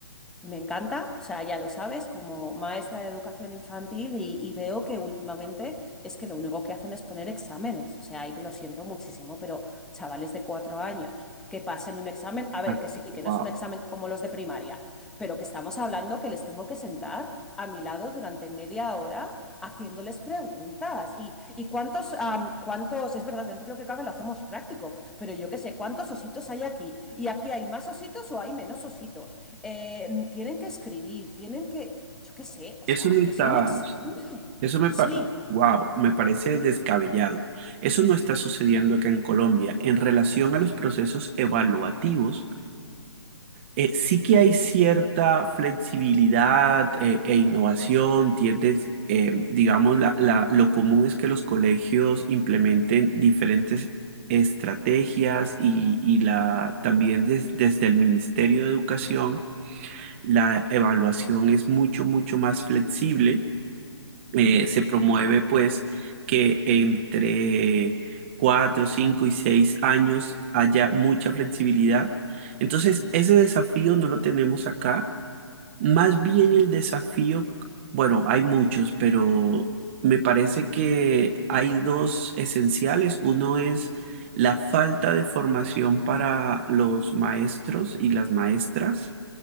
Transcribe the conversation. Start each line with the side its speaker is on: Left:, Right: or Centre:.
Centre: me encanta, o sea, ya lo sabes, como maestra de educación infantil y, y veo que últimamente es que lo único que hacen es poner exámenes, o sea, y lo siento muchísimo, pero chavales de cuatro años que pasen un examen, a ver,
Right: Ay,
Centre: que sí, que
Right: Wow.
Centre: no es un examen como los de primaria, pero que estamos hablando que les tengo que sentar a mi lado durante media hora haciéndoles preguntas. Y, y cuántos, am, cuántos, es verdad, dentro de lo que cabe lo hacemos práctico, pero yo qué sé, ¿cuántos ositos hay aquí? ¿Y aquí hay más ositos o hay menos ositos? Eh, mm, tienen que escribir, tienen que, yo qué sé, o
Right: Eso
Centre: sea,
Right: no está,
Centre: que es un examen.
Right: eso me,
Centre: Sí.
Right: wow, me parece descabellado. Eso no está sucediendo acá en Colombia en relación a los procesos evaluativos eh, sí que hay cierta flexibilidad eh, e innovación, tiendes, eh, digamos, la- la- lo común es que los colegios implementen diferentes estrategias y, y la, también des- desde el Ministerio de Educación la evaluación es mucho, mucho más flexible eh, se promueve pues que entre 4, 5 y 6 años haya mucha flexibilidad. Entonces, ese desafío no lo tenemos acá. Más bien el desafío, bueno, hay muchos, pero me parece que hay dos esenciales. Uno es la falta de formación para los maestros y las maestras.